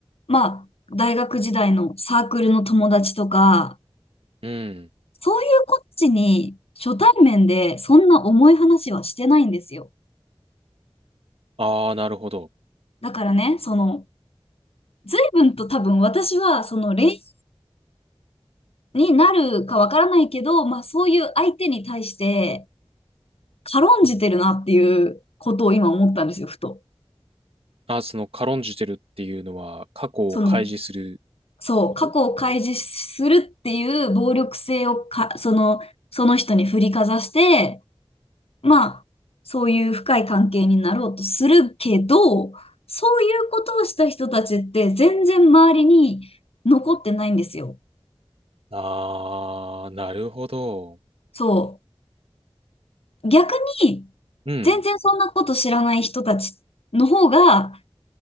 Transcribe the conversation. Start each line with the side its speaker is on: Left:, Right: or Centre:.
Left: まあ、大学時代のサークルの友達とか、
Right: うん。うん。
Left: そういうこっちに初対面でそんな重い話はしてないんですよ。
Right: ああ、なるほど。
Left: だからね、その、随分と多分私は、その、恋愛になるかわからないけど、まあ、そういう相手に対して軽んじてるなっていうことを今思ったんですよ、
Right: うん
Left: ふと。
Right: ああ、その軽んじてるっていうのは過去を開示する
Left: その、そう、
Right: こと
Left: 過去を開示するっていう暴力性をか、その、その人に振りかざして、まあ、そういう深い関係になろうとするけど、そういうことをした人たちって全然周りに残ってないんですよ。
Right: ああ、なるほど。
Left: そう。逆に、
Right: うん。
Left: 全然そんなこと知らない人たちの方が